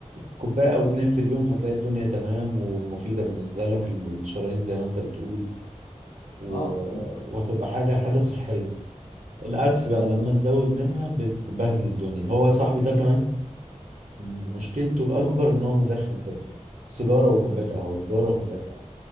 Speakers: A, on the right; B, on the left.
A: كوباية أو اتنين في اليوم هتلاقي الدنيا تمام ومفيدة بالنسبة لك للشرايين زي ما أنت بتقول و...
B: اه بالظبط
A: وهتبقى حاجة حاجة صحية العكس بقى
B: بالظبط
A: لما تزود منها بتبهدل الدنيا هو صاحبي ده كمان م- مشكلته الأكبر إن هو مدخن في سيجارة وكوباية قهوة سيجارة وكوباية قهوة